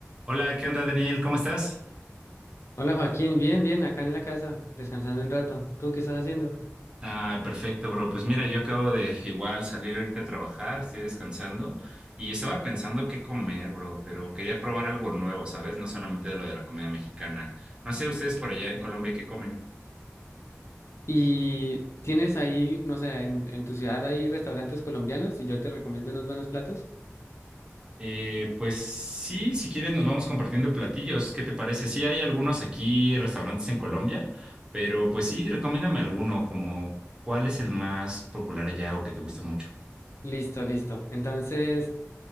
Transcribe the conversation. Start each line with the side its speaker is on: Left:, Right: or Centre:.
Right: Hola, ¿qué onda, Daniel? ¿Cómo estás?
Left: Hola Joaquín, bien, bien, acá en la casa, descansando un rato. ¿Tú qué estás haciendo?
Right: Ah, perfecto, bro. Pues mira, yo acabo de igual salir ahorita a trabajar, estoy descansando y estaba pensando qué comer, bro, pero quería probar algo nuevo, ¿sabes? No solamente de lo de la comida mexicana. No sé ustedes por allá en Colombia qué comen.
Left: ¿Y tienes ahí, no sé, en, en tu ciudad hay restaurantes colombianos y yo te recomiendo unos buenos platos?
Right: Eh, pues sí, si quieres nos vamos compartiendo platillos. ¿Qué te parece? Sí, hay algunos aquí, restaurantes en Colombia, pero pues sí, recomiéndame alguno, como cuál es el más popular allá o que te guste mucho.
Left: Listo, listo. Entonces,